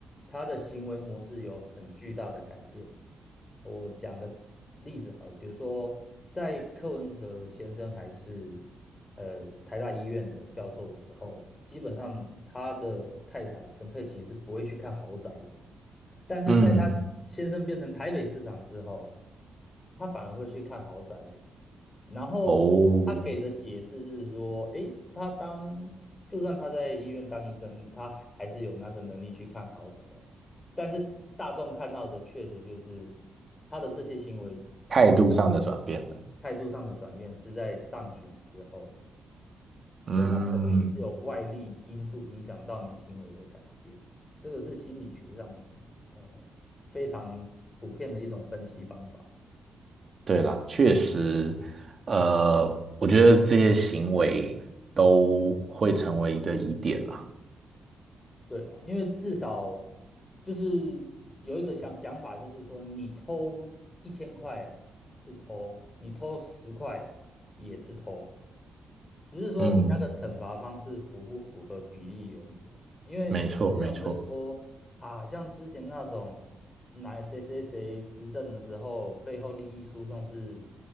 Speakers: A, on the left; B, on the right.
A: 他的行为模式有很巨大的改变。我讲个例子好了，比如说在柯文哲先生还是呃台大医院的教授的时候，基本上他的太太陈佩琪是不会去看豪宅的。但是在他先生变成台北市长之后，
B: 嗯，
A: 他反而会去看豪宅了。然后他给的解释是说，
B: 哦，
A: 诶，他当就算他在医院当医生，他还还是有那个能力去看豪宅呀。但是大众看到的确实就是他的这些行为是
B: 态度上的转变了
A: 态度上的转变，是在当选之后。
B: 嗯，
A: 对，那肯定是有外力因素影响到你行为的改变，这个是心理学上呃非常普遍的一种分析方法。
B: 对啦，确实，呃，我觉得这些行为都会成为一个疑点啦。
A: 对啊，因为至少就是有一个想讲法，就是说你偷一千块是偷，你偷十块也是偷，只是说你那个惩罚方式符不符合比例原则？
B: 嗯，
A: 因为有些人会说啊，
B: 没错没错，
A: 像之前那种哪谁谁谁执政的时候，背后利益输送是